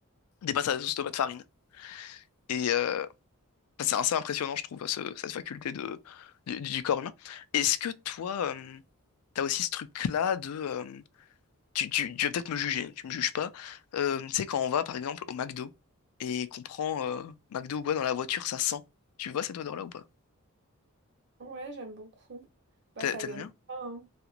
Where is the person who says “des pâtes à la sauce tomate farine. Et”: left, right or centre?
Left